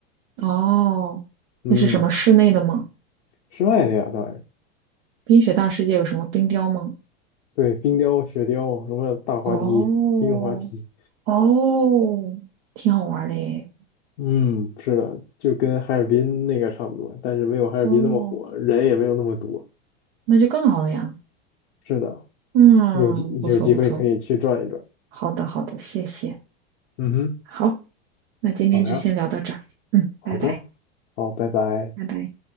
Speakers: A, on the right (about 60°); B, on the left (about 75°).
A: 哦，
B: 嗯，
A: 那是什么室内的吗？
B: 室外的呀，当然，
A: 冰雪大世界有什么冰雕吗？
B: 对，冰雕、雪雕，什么大滑梯、
A: 哦，
B: 冰滑梯，
A: 哦，挺好玩儿的耶。
B: 嗯，是的，就跟哈尔滨那个差不多，但是没有哈尔滨那么火，
A: 哦，
B: 人也没有那么多，
A: 那就更好了呀。
B: 是的。
A: 嗯，
B: 有机有机会可以去转一转。
A: 不错不错。好的好的，谢谢。
B: 嗯哼，
A: 好，那今天就先聊到这儿。
B: 好呀，
A: 嗯，
B: 好的，
A: 拜拜
B: 好，拜拜。
A: 拜拜。